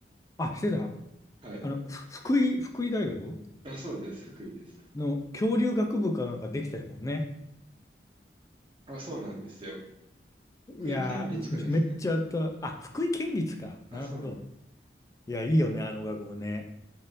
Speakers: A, on the left; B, on the right.
A: あ、してた。
B: はい。
A: あの、ふ福井、福井大学
B: あ、そうです。福井ですね。
A: の恐竜学部かなんかできたよね。
B: あ、そうなんですよ。
A: いやー、
B: 福井県立かですね。
A: めっちゃあった。あ、福井県立か。
B: あ、
A: なるほど。
B: そうなん。
A: いや、いいよね、あの学部ね。